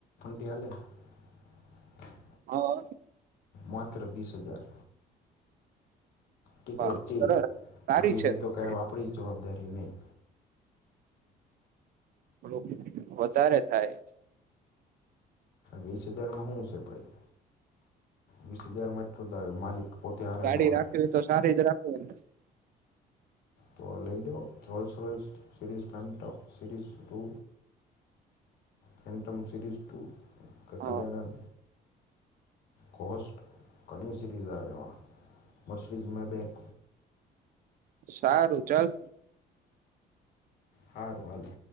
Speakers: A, on the left; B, on the right.
A: <unintelligible>
B: હા.
A: માત્ર વીસ હજાર. ટીકડે
B: વાહ
A: ટીક.
B: સરસ સારી
A: ઊભી
B: છે
A: રહે તો કાંઈ
B: ગાડી.
A: આપણી જવાબદારી નહીં
B: <unintelligible> વધારે થાય.
A: વીસ હજારમાં હુ સે ભાઈ, વીસ હજારમાં એટલું જ આવે માલિક. પોતે હારે
B: ગાડી
A: ન આવે
B: રાખવી હોય તો સારી જ રાખ ખું ને.
A: તો લઈ લો Rolls Royce, series Phantom, series two, Phantom series two. <unintelligible>
B: હા
A: કોસ્ટ ઘણી સિરીઝ આવે એમાં. મર્સીડિઝ માંએ બેક
B: સારું ચાલ.
A: હારું હાલો.